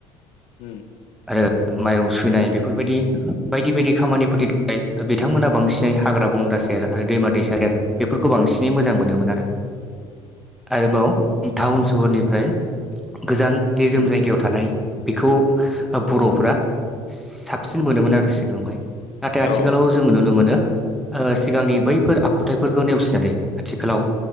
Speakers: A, on the left (about 75°); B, in the centre.
A: उम
B: आरो माइरं सुनाय बेफोरबायदि बायदि बायदि खामानिफोरनि थाखाय बिथांमोना बांसिनै हाग्रा बंग्रा सेर आरो दैमा दैसा सेर बेफोरखौ बांसिनै मोजां मोनोमोन आरो आरोबाव टाउन सहरनिफ्राय गोजान निजोम
A: उम
B: जायगायाव थानाय बेखौ बर'फ्रा साबसिन मोनोमोन आरो हाय नाथाय आथिखालाव
A: औ
B: जोंङो नुनो मोनो। सिगांनि बैफोर आखुथायफोरखौ नेवसिनानै आथिखालाव